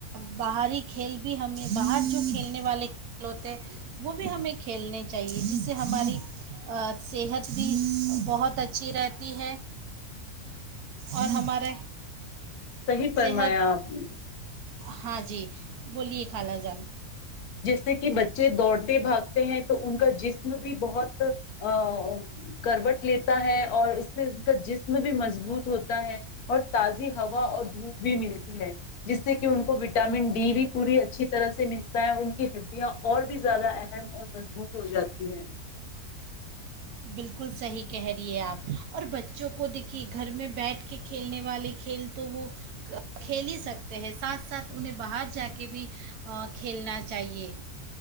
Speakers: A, on the right (about 80°); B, on the left (about 80°).
A: باہری کھیل بھی ہمیں باہر جو کھیلنے والے کھیل ہوتے ہیں وہ بھی ہمیں کھیلنے چاہیے جس سے ہماری صحت بھی بہت اچھی رہتی ہے اور ہمارے
B: صحیح فرمایا
A: صحت
B: آپ نے
A: ہاں جی بولیے خالا جان
B: جیسے کہ بچے دوڑتے بھاگتے ہیں تو ان کا جس ج بھی بہت ا کروٹ لیتا ہے اور اس سے ان کا جسم بھی مضبوط ہوتا ہے اور تازی ہوا اور دھوپ بھی ملتی ہے جس سے کہ ان کو وٹامن ڈی بھی پوری اچھی طرح سے مل ہوتا ان کی ہڈیاں اور بھی زیادہ اہم اور مضبوط ہو جاتی ہیں
A: بالکل صحیح کہہ رہی ہے آپ اور بچوں کو دیکھیے گھر میں بیٹھ کے کھیلنے والے کھیل تو وہ کھیل ہی سکتے ہیں ساتھ ساتھ انہیں باہر جا کے بھی کھیلنا چاہیے